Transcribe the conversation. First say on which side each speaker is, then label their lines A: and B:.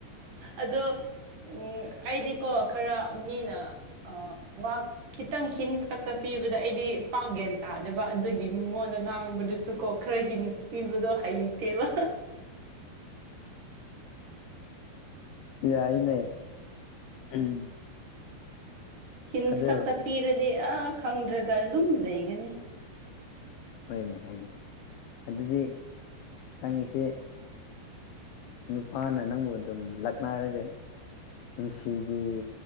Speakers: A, on the right (about 55°); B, on the left (about 80°).
A: ꯑꯗꯣ ꯎꯝ ꯑꯩꯗꯤꯀꯣ ꯈꯔ ꯃꯤꯅ ꯋꯥꯛ ꯈꯤꯇꯪ ꯍꯤꯟꯁ ꯈꯛꯇ ꯄꯤꯕꯗ ꯑꯩꯗꯤ ꯄꯥꯛꯒꯦꯅ ꯇꯥꯔꯦ ꯌꯥꯗꯕ ꯑꯗꯨꯒꯤ ꯃꯤꯉꯣꯟꯗ ꯉꯥꯡꯕꯗꯨꯁꯨ ꯀꯣ ꯈꯔ ꯍꯤꯟꯁꯄꯤꯕꯗꯣ ꯍꯩꯇꯦꯕ
B: ꯌꯥꯏꯅꯦ ꯎꯝ
A: ꯍꯤꯟꯁ
B: ꯑꯗꯨ
A: ꯈꯛꯇ ꯄꯤꯔꯗꯤ ꯑꯥ ꯈꯪꯗ꯭ꯔꯒ ꯑꯗꯨꯝ ꯂꯩꯒꯅꯤ
B: ꯍꯣꯏꯅꯦ ꯍꯥꯏꯣꯏꯅꯦ ꯑꯗꯨꯗꯤ ꯅꯪꯒꯤꯁꯤꯦ ꯅꯨꯄꯥꯅ ꯅꯪꯕꯨ ꯑꯗꯨꯝ ꯂꯛꯅꯔꯒ ꯅꯨꯡꯁꯤꯒꯤ